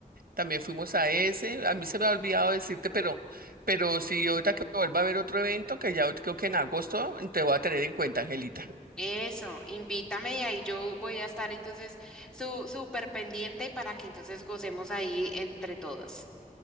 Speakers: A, on the right (about 85°); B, in the centre.
A: También fuimos a ese. A mí se me ha olvidado decirte, pero, pero si ahorita que vuelva a haber otro evento, que ya creo que en agosto te voy a tener en cuenta, Angelita.
B: Eso, invítame y ahí yo voy a estar entonces su, súper pendiente para que entonces gocemos ahí entre todos.